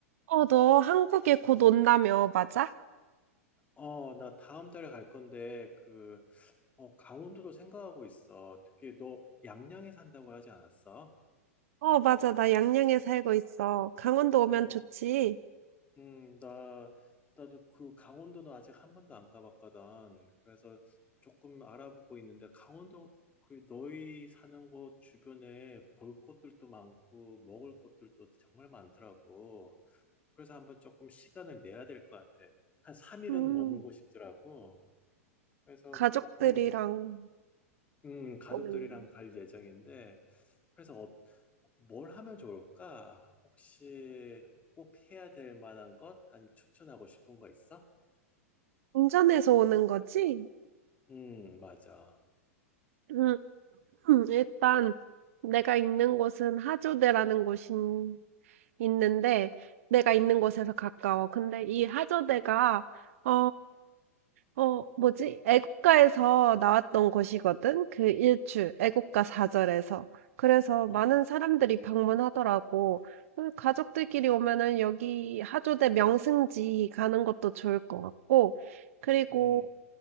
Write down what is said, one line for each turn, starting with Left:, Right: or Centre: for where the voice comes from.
Right: 어, 너 한국에 곧 온다며, 맞아?
Left: 어, 나 다음 달에 갈 건데, 그, 어, 강원도도 생각하고 있어. 특히 너 양양에 산다고 하지 않았어?
Right: 어, 맞아. 나 양양에 살고 있어. 강원도 오면
Left: 어,
Right: 좋지.
Left: 음, 나, 나도 그 강원도는 아직 한 번도 안 가봤거든. 그래서 조금 알아보고 있는데, 강원도 그 너희 사는 곳 주변에 볼 것들도 많고, 먹을 것들도 정말 많더라고. 그래서 한번 조금 시간을 내야 될 것 같아. 한 3일은
Right: 음,
Left: 머물고 싶더라고. 그래서
Right: 가족들이랑
Left: 조금 음, 가족들이랑
Right: 오는,
Left: 갈 예정인데, 그래서 어, 뭘 하면 좋을까? 혹시 꼭 해야 될 만한 것? 아니면 추천하고 싶은 거 있어?
Right: 운전해서 오는 거지?
Left: 음, 맞아.
Right: 음, 음, 일단 내가 있는 곳은 하조대라는 곳이 있는데, 내가 있는 곳에서 가까워. 근데 이 하조대가, 어, 어, 뭐지? 애국가에서 나왔던 곳이거든? 그 일출, 애국가 사절에서. 그래서
Left: 어,
Right: 많은 사람들이 방문하더라고. 그 가족들끼리 오면은 여기 하조대 명승지 가는 것도 좋을 것 같고, 그리고
Left: 음,